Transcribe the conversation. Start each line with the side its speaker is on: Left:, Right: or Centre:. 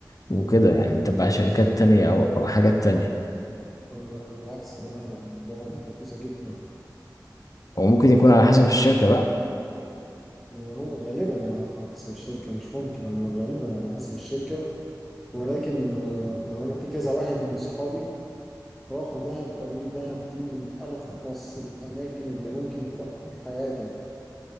Left: وكده يعني تبع
Centre: بالعكس
Left: شركات تانية او او حاجات تانية
Centre: أو بالعكس تماما دهب رخيصة جدا
Left: وممكن يكون على حسب الشركة بقى
Centre: يعني هو غالبا على حسب الشركة مش ممكن يعني غالبا على حسب الشركة ولكن آه، يعني أنا في كذا واحد من صحابي راحوا دهب قالوا لي دهب دي من أرخص الأماكن اللي ممكن تروحها في حياتك